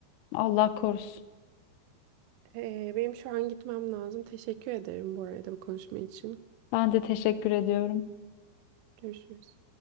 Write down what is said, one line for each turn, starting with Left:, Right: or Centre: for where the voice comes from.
Left: Allah korusun.
Right: Ee, benim şu an gitmem lazım. Teşekkür ederim bu arada bu konuşma için.
Left: Ben de teşekkür ediyorum.
Right: Görüşürüz.